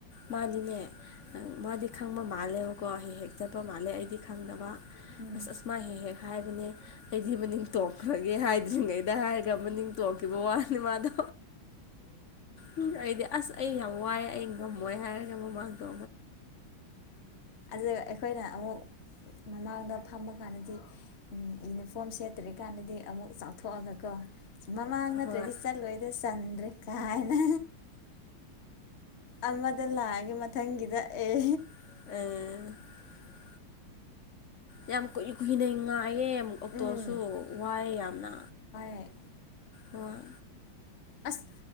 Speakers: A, on the left; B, on the left.
A: ꯃꯥꯗꯤꯅꯦ ꯃꯥꯗꯤ ꯈꯪꯕ ꯃꯥꯜꯂꯦꯕꯀꯣ ꯍꯦꯛ ꯍꯦꯛ ꯆꯠꯄ ꯃꯥꯜꯂꯦ ꯑꯩꯗꯤ ꯈꯪꯗꯕ
B: ꯎꯝ
A: ꯑꯁ ꯑꯁꯃꯥꯏ ꯍꯦꯛ ꯍꯦꯛ ꯍꯥꯏꯕꯅꯦ ꯑꯩꯗꯤ ꯃꯅꯤꯡ ꯇꯣꯡꯈ꯭ꯔꯦ ꯒꯦ ꯍꯥꯏꯗ꯭ꯔꯤꯉꯩꯗ ꯍꯥꯏꯔꯒ ꯃꯅꯤꯡ ꯇꯣꯡꯈꯤꯕ ꯋꯥꯅꯦ ꯃꯥꯗꯣ ꯎ ꯑꯩꯗꯤ ꯑꯁ ꯑꯩ ꯌꯥꯝ ꯋꯥ ꯑꯩ ꯑꯩꯉꯝꯃꯣꯏ ꯍꯥꯏꯔꯒ ꯃꯃꯥꯡꯗ
B: ꯑꯗꯨ ꯑꯩꯈꯣꯏꯅ ꯑꯃꯨꯛ ꯃꯃꯥꯡꯗ ꯐꯝꯃꯀꯥꯟꯗꯗꯤ ꯌꯨꯅꯤꯐꯣꯝ ꯁꯦꯠꯇ꯭ꯔꯤꯀꯥꯟꯗꯗꯤ ꯑꯃꯨꯛ ꯆꯥꯎꯊꯣꯛꯑꯒꯀꯣ ꯃꯃꯥꯡ ꯅꯠꯇ꯭ꯔꯦꯗꯤ
A: ꯍꯣꯏ
B: ꯆꯠꯂꯣꯏꯗ ꯆꯟꯗ꯭ꯔꯦ ꯍꯥꯏꯅ ꯑꯃꯗ ꯂꯥꯛꯑꯒꯦ ꯃꯊꯪꯒꯤꯗ ꯑꯦ
A: ꯑꯦ ꯌꯥꯝ ꯀꯨꯏ ꯀꯨꯏꯅ ꯉꯥꯏꯌꯦ ꯑꯣꯛꯇꯣꯁꯨ
B: ꯎꯝ
A: ꯋꯥꯏꯑ ꯌꯥꯝꯅ
B: ꯍꯦꯛ
A: ꯍꯣꯏ꯫
B: ꯑꯁ